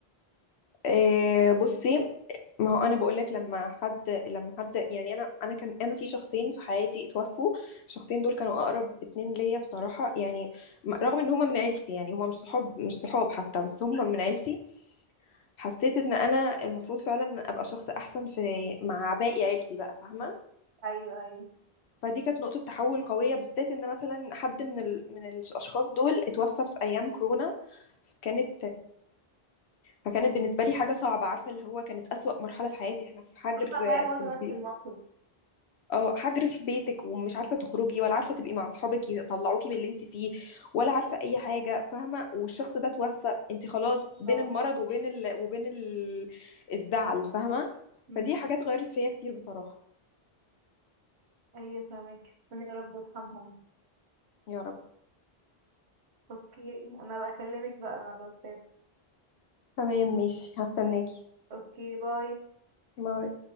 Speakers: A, on the left; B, on the right.
A: إيه بصي ما هو انا بقول لك لما حد لما حد يعني انا انا كان انا في شخصين في حياتي اتوفوا الشخصين دول كانوا اقرب اتنين ليا بصراحه يعني م- رغم ان هما من عيلتي يعني هما مش صحاب مش صحاب حتى بس هما من عيلتي حسيت ان انا المفروض فعلا ابقى شخص احسن في مع باقي عيلتي بقى فاهمه
B: ايوه ايوه
A: فدي كانت نقطه تحول قويه بالذات ان مثلا حد من ال... من الاشخاص دول اتوفى في ايام كورونا كانت فكانت بالنسبه لي حاجه صعبه عارفه اللي هو كانت اسوأ مرحله في حياتي احنا في حجر
B: حصل معايا
A: آه،
B: برضه
A: في البيت
B: نفس الموقف
A: اه حجر في بيتك ومش عارفه تخرجي ولا عارفه تبقي مع اصحابك يطلعوكي من اللي انت فيه ولا عارفه اي حاجه فاهمه والشخص ده توفى انت خلاص بين
B: أو-
A: المرض وبين ال... وبين ال... الزعل فاهمه
B: مم،
A: فدي حاجات غيرت فيا كتير بصراحه
B: ايوه فاهمك ربنا يا رب يرحمهم
A: يا رب
B: اوكي انا بكلمك بقى على الواتساب
A: تمام ماشي هستناكي
B: اوكي باي
A: باي